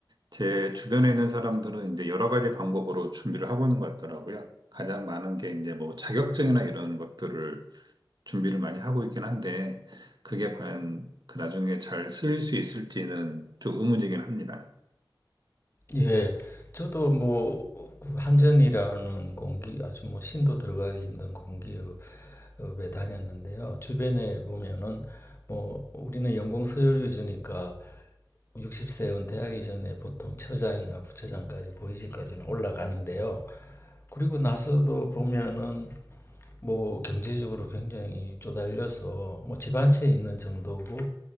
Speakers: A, on the right (about 60°); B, on the left (about 30°).
A: 제 주변에 있는 사람들은 이제 여러 가지 방법으로 준비를 하고 있는 것 같더라고요. 가장 많은 게 이제 뭐 자격증이나 이런 것들을 준비를 많이 하고 있긴 한데 그게 과연 그 나중에 잘 쓰일 수 있을지는 좀 의문이긴 합니다.
B: 예, 저도 뭐, 그 한전이라는 공기, 아주 뭐, 신도 들어가기 힘든 공기업에 다녔는데요. 주변에 보면은, 뭐, 우리는 연공서열 위주니까 60세 은퇴하기 전에 보통 처장이나 부처장까지, 보이직까지는 올라가는데요. 그리고 나서도 보면은 뭐 경제적으로 굉장히 쪼달려서 뭐 집 한 채 있는 정도고